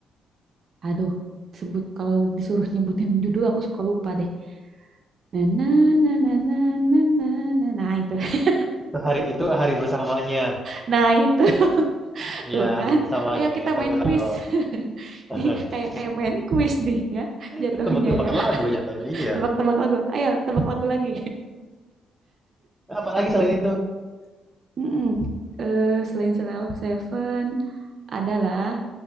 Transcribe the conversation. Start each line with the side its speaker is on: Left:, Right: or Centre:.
Right: aduh, sebut kalau disuruh nyebutin judul aku suka lupa deh. Na na na na na na na na. Nah, itu. <laughs>
Centre: Itu hari itu hari bersamanya.
Right: Nah, itu
Centre: Iya,
Right: tuh
Centre: hari
Right: kan.
Centre: bersamanya.
Right: Ayo kita
Centre: Itu
Right: main
Centre: aku tahu.
Right: quiz. <laughs>
Centre: <laughs>
Right: Ki- Kayak kayak main quiz nih ya jatuhnya
Centre: Tebak-tebakan
Right: ya.
Centre: lagu jatuhnya. Iya.
Right: Tebak-tebak lagu. Ayo tebak lagu lagi.
Centre: Apalagi selain itu?
Right: <laughs> Mm-mm. Eh, selain Slow Seven adalah